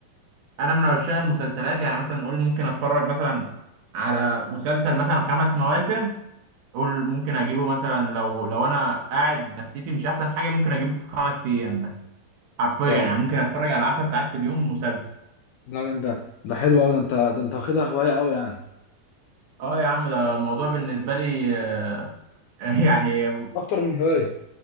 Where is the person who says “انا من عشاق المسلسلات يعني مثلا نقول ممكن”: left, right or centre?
Right